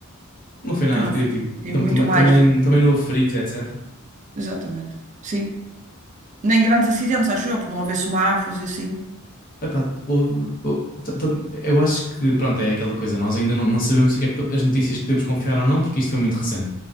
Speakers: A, on the left; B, on the right.
A: Não foi nada
B: Que não
A: de crítico.
B: foi. Tem
A: Tam-
B: muito
A: tam-
B: mais.
A: também, também não houve feridos, etc.
B: Exatamente. Sim. Nem grandes acidentes, acho eu, por não haver semáforos e assim.
A: Epá, houve- hou- t- t- eu acho que, pronto, é aquela coisa, nós ainda não, não sabemos o que é que po- as notícias que podemos confiar ou não, porque isto foi muito recente.